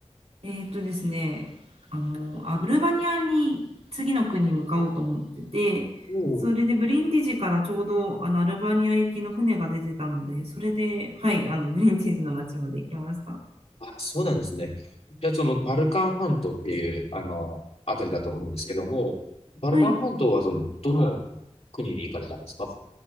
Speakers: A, on the right; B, on the left.
A: えーっとですね、あの、アルバニアに次の国に向かおうと思ってて、
B: おお
A: それでブリンティジからちょうどあのアルバニア行きの船が出てたので、それで、はい、あのブリンティジの町まで行きました。
B: あ、そうなんですね。じゃあ、その、バルカン半島っていう、あの、あたりだと思うんですけども、バルカン半島は、
A: はい。
B: その、どの国に行かれたんですか